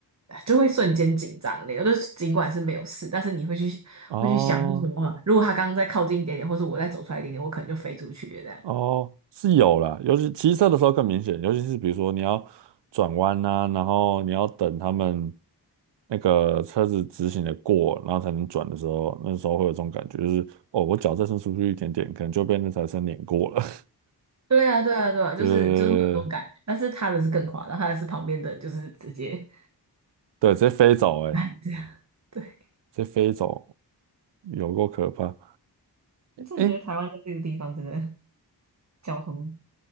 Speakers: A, on the right; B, on the right.
A: 就会瞬间紧张的那种，就是尽管是没有事，但是你会去会去想是什么啊，
B: 啊，哦
A: 如果他刚刚再靠近一点点，或者我再走出来一点点，我可能就飞出去了这样。
B: 哦，是有啦，尤其骑车的时候更明显，尤其是比如说你要转弯呐，然后你要等他们那个车子直行的过，然后才能转的时候，那时候会有这种感觉，就是哦，我脚再伸出去一点点，可能就被那台车碾过了。<laughs>
A: 对啊，对啊，对啊，就是就是会有那种感觉，
B: 对对对对对，
A: 但是他的是更夸张，他的是旁边的就是直接
B: 对直接飞走、欸，哎，
A: <laughs> 这样。对，
B: 直接飞走，有够可怕。
A: 我真的觉得台湾在这个地方真的。
B: 哎、
A: 交通